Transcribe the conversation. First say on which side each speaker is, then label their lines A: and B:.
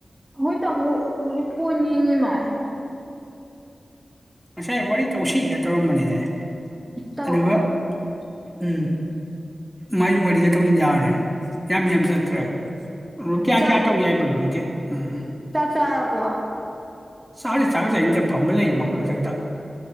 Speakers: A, on the right; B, in the centre.
A: ꯍꯣꯏ ꯇꯨꯛ ꯍꯧ ꯐꯅꯤꯉ ꯃꯔ
B: ꯉꯁꯥꯏ ꯋꯥꯔꯤ ꯇꯧꯁꯤꯒꯦ ꯇꯧꯔꯝꯕꯅꯤꯅꯦ
A: ꯎꯛꯇꯛꯇ
B: ꯑꯗꯨꯒ ꯎꯝ ꯃꯥꯏꯁꯨ ꯋꯥꯔꯤ ꯆꯠꯇꯧꯕꯅꯤ ꯌꯥꯎꯕꯅꯦ ꯌꯥꯝ ꯌꯥꯝꯁꯨ ꯅꯠꯇ꯭ꯔꯦ ꯔꯨ ꯀꯌꯥ
A: ꯆꯥ
B: ꯀꯌꯥ ꯇ ꯎ ꯌꯥꯏ ꯃꯔꯔꯦ ꯐꯣꯟꯗꯤ ꯎꯝ
A: ꯆꯥꯛ ꯆꯥꯔꯕꯣ
B: ꯆꯥꯛꯁ ꯆꯥꯁꯦꯁ ꯐꯝꯕ ꯂꯩꯌꯦ ꯃꯈꯜ ꯃꯊꯛꯇ